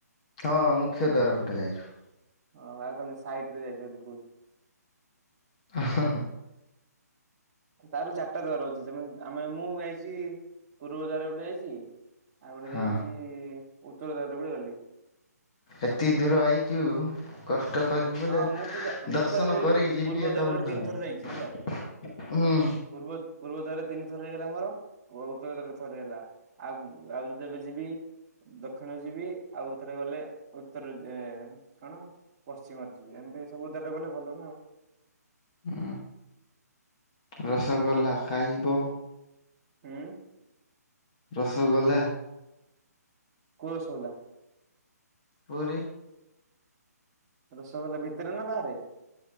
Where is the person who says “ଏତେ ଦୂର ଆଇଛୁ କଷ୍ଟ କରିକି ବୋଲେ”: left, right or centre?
Left